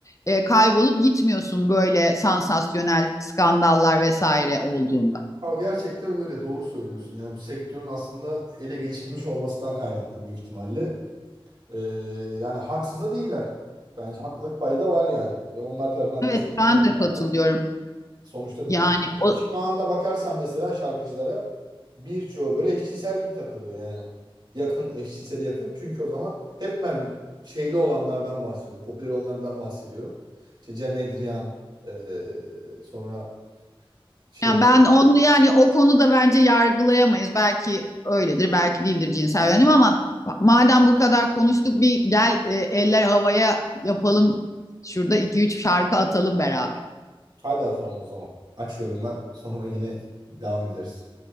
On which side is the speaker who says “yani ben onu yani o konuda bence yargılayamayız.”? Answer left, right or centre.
Left